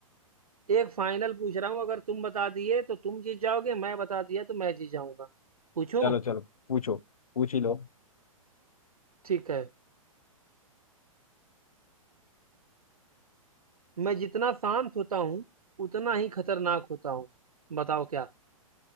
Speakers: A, on the right; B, on the left.
A: एक फाइनल पूछ रहा हूँ अगर तुम बता दिए तो तुम जीत जाओगे मैं बता दिया तो मैं जीत जाऊंगा पूछूं
B: चलो चलो पूछो पूछ ही लो
A: ठीक है मैं जितना शांत होता हूँ उतना ही खतरनाक होता हूँ बताओ क्या